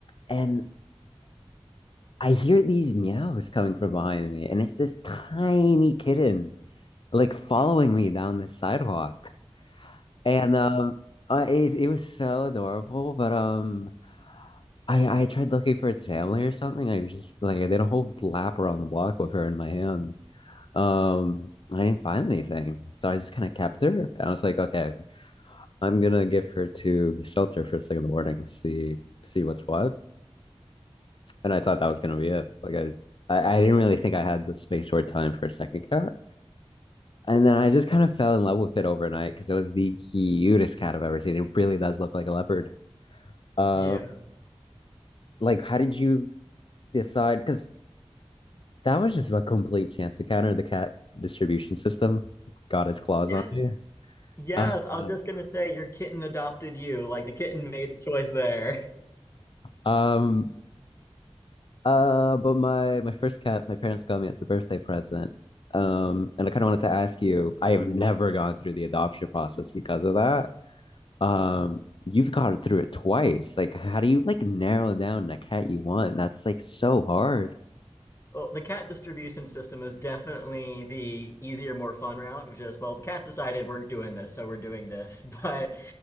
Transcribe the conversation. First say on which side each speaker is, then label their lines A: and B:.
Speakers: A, on the left (about 55°); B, on the left (about 25°).
A: and I hear these meows coming from behind me, and it's this tiny kitten like following me down the sidewalk. And um, uh, it it was so adorable. But um, I I tried looking for its family or something. I just like I did a whole lap around the block with her in my hand. Um, I didn't find anything, so I just kind of kept her, and I was like, okay, I'm gonna give her to the shelter first thing in the morning, see see what's what. and I thought that was gonna be it. Like I, I, I didn't really think I had the space or time for a second cat, and then I just kind of fell in love with it overnight because it was the cutest cat I've ever seen. It really does look like a leopard. Uh,
B: Yeah.
A: like how did you decide? Because that was just a complete chance encounter. The cat distribution system got its claws
B: Yes.
A: on me.
B: Yes.
A: Uh,
B: I was just gonna say your kitten adopted you. Like the kitten made the choice there.
A: um, Uh, but my my first cat, my parents got me as a birthday present. Um, and I kind of wanted to ask you, I have never gone through the adoption process because of that. Um, you've gone through it twice. Like, how do you like narrow down the cat you want? That's like so hard.
B: Well, the cat distribution system is definitely the easier, more fun route of just, well, the cats decided we're doing this, so we're doing this. <laughs> But